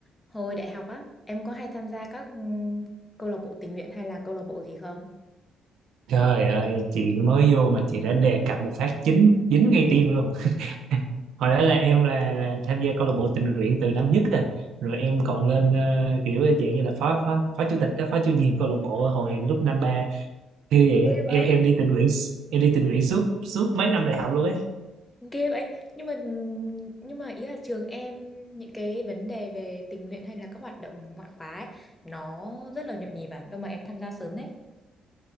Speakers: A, on the left; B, on the right.
A: Hồi đại học á, em có hay tham gia các ừm, câu lạc bộ tình nguyện hay là câu lạc bộ gì không?
B: Trời ơi, chị mới vô mà chị đã đề cập một phát chính dính ngay tim luôn. <laughs> Hồi đó là em là, là tham gia câu lạc bộ tình nguyện từ năm nhất rồi. Rồi em còn lên ờ, kiểu dạng như là phó phó phó chủ tịch đó, phó chủ nhiệm câu lạc bộ hồi lúc năm ba. Như vậy á,
A: Ê vậy
B: em em đi tình nguyện s- em đi tình nguyện suốt suốt mấy năm đại học luôn ấy.
A: Ghê vậy. Nhưng mà ừ, nhưng mà ý là trường em những cái vấn đề về tình nguyện hay là các hoạt động ngoại khóa ấy, nó rất là nhộn nhịp à, đâu mà em tham gia sớm đấy.